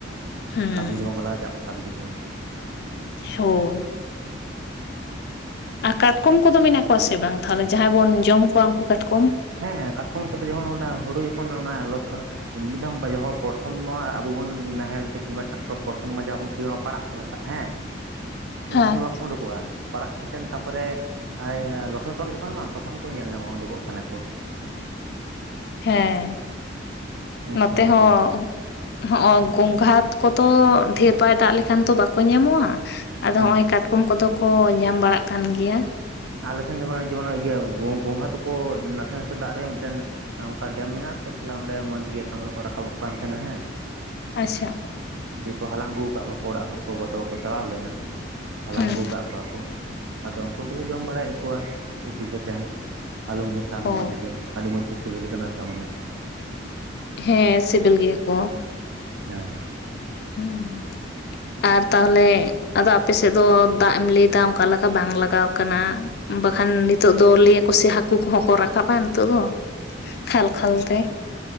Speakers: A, on the left; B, on the right.
A: ᱦᱩᱸ
B: ᱠᱟᱹᱢᱤ ᱫᱚ ᱵᱟᱝᱠᱚ ᱞᱟᱜᱼᱟᱜ ᱠᱚ ᱥᱟᱵ ᱤᱫᱤ ᱠᱚᱣᱟ
A: ᱦᱚᱭ ᱟᱨ ᱠᱟᱴᱠᱚᱢ ᱠᱚᱫᱚ ᱢᱮᱱᱟᱜ ᱠᱚᱣᱟ ᱥᱮ ᱵᱟᱝ ᱛᱟᱦᱞᱮ ᱡᱟᱦᱟᱸᱭ ᱵᱚᱱ ᱡᱚᱢ ᱠᱚᱣᱟ ᱩᱱᱠᱩ ᱠᱟᱴᱠᱚᱢ
B: ᱦᱮᱸ ᱦᱮᱸ ᱠᱟᱴᱠᱚᱢ ᱠᱚᱫᱚ ᱡᱚᱢ ᱡᱚᱠᱷᱚᱱ ᱚᱱᱟ ᱦᱩᱲᱩ ᱡᱚᱠᱷᱚᱱ ᱚᱱᱟ ᱞᱚᱥᱚᱜᱼᱟ ᱢᱤᱫ ᱫᱷᱟᱢ ᱡᱚᱠᱷᱚᱡ ᱯᱨᱚᱛᱷᱚᱢ ᱢᱟ ᱟᱵᱚ ᱵᱚᱱ ᱱᱟᱦᱮᱞ ᱛᱮ ᱠᱤᱢᱵᱟ ᱴᱨᱮᱠᱴᱚᱨ ᱯᱨᱚᱛᱷᱚᱢ ᱢᱟ ᱡᱟᱦᱟᱸ ᱵᱚᱱ ᱥᱤᱭᱼᱟ ᱯᱟᱲᱟᱜ ᱠᱚ ᱢᱮᱛᱟᱜ ᱦᱮᱸ ᱩᱱ
A: ᱦᱮᱸ
B: ᱥᱚᱢᱚᱭ ᱵᱟᱠᱠᱚ ᱩᱰᱩᱠ ᱯᱟᱲᱟᱜ ᱠᱟᱛᱮᱱ ᱛᱟᱯᱚᱨᱮ ᱞᱚᱥᱚᱛᱟᱢ ᱡᱚᱠᱷᱚᱱ ᱢᱟ ᱛᱚᱠᱷᱚᱱ ᱠᱚ ᱧᱮᱞ ᱧᱟᱢᱚᱜᱼᱟ ᱩᱰᱩᱜᱚᱜ ᱠᱟᱱᱟ ᱠᱚ
A: ᱦᱮᱸ
B: ᱩᱱ
A: ᱱᱚᱛᱮ
B: ᱥᱚᱢᱚᱭ ᱠᱚ
A: ᱦᱚᱸ ᱦᱚᱸᱜ-ᱚ ᱜᱚᱸᱜᱷᱟ ᱠᱚᱛᱚ ᱰᱷᱮᱨ ᱵᱟᱭ ᱫᱟᱜ ᱞᱮᱠᱷᱟᱱ ᱛᱚ ᱵᱟᱠᱚ ᱧᱟᱢᱚᱜᱼᱟ
B: ᱦᱮᱸ
A: ᱟᱫᱚ ᱦᱚᱸᱜᱼᱚᱭ ᱠᱟᱴᱠᱚᱢ ᱠᱚᱫᱚ ᱠᱚ ᱧᱟᱢ ᱵᱟᱲᱟᱜ ᱠᱟᱱ ᱜᱮᱭᱟ
B: ᱟᱞᱮ ᱥᱮᱱ ᱡᱚᱠᱷᱚᱡ ᱡᱮᱢᱚᱱ ᱤᱭᱟᱹ ᱜᱚᱝᱜᱷᱟ ᱛᱟᱠᱚ ᱱᱟᱥᱮ ᱱᱟᱥᱮ ᱫᱟᱜ ᱨᱮ ᱢᱤᱫᱴᱮᱱ ᱚᱝᱠᱟ ᱰᱮᱢ ᱢᱮᱱᱟᱜ ᱛᱚ ᱛᱟᱞᱦᱮ ᱚᱸᱰᱮ ᱢᱚᱸᱡᱽ ᱜᱮ ᱛᱟᱨᱢᱟᱱᱮ ᱠᱚ ᱨᱟᱠᱟᱵᱚᱜ ᱠᱟᱱ ᱛᱟᱸᱦᱮᱱᱟ ᱦᱮᱸ
A: ᱟᱪᱪᱷᱟ
B: ᱫᱤᱭᱮᱠᱚ ᱦᱟᱞᱟᱝ ᱟᱹᱜᱩ ᱟᱠᱟᱜ ᱠᱚᱣᱟ ᱚᱲᱟᱜ ᱦᱚᱲ ᱠᱚ ᱚᱠᱚᱭ ᱠᱚᱠᱚ ᱪᱟᱞᱟᱣ ᱞᱮᱱᱟ ᱦᱟᱞᱟᱝ
A: ᱦᱮᱸ
B: ᱟᱹᱜᱩ ᱠᱟᱫ ᱠᱚᱣᱟ ᱠᱚ ᱟᱫᱚ ᱩᱱᱠᱩ ᱩᱱᱠᱚ ᱞᱮ ᱡᱚᱢ ᱵᱟᱲᱟᱭᱮᱫ ᱠᱚᱣᱟ ᱩᱛᱩ ᱠᱟᱛᱮᱱ ᱟᱹᱞᱩ ᱢᱮᱥᱟᱞ
A: ᱚ
B: ᱢᱚᱡᱽ ᱜᱮ ᱟᱹᱰᱤ ᱢᱚᱸᱡᱽ ᱠᱚ ᱥᱤᱵᱤᱞ ᱠᱟᱱᱟ ᱛᱟᱨ ᱢᱟᱱᱮ
A: ᱦᱮᱸ ᱥᱤᱵᱤᱞ ᱜᱮᱭᱟ ᱠᱚ
B: ᱦᱮᱸ
A: ᱦᱩᱸ ᱟᱨ ᱛᱟᱦᱚᱞᱮ ᱟᱫᱚ ᱟᱯᱮᱥᱮᱫ ᱫᱚ ᱫᱟᱜ ᱮᱢ ᱞᱟᱹᱭ ᱮᱫᱟ ᱚᱱᱠᱟ ᱞᱮᱠᱟ ᱵᱟᱝ ᱞᱟᱜᱟᱣ ᱠᱟᱱᱟ ᱵᱟᱠᱷᱟᱱ ᱱᱤᱛᱳᱜ ᱫᱚ ᱞᱟᱹᱭᱟᱠᱚ ᱥᱮ ᱦᱟᱠᱩ ᱦᱟᱠᱩ ᱠᱚᱦᱚᱸ ᱠᱚ ᱨᱟᱠᱟᱵ-ᱟ ᱱᱤᱛᱚᱜ ᱫᱚ ᱠᱷᱟᱞ ᱠᱷᱟᱞ ᱛᱮ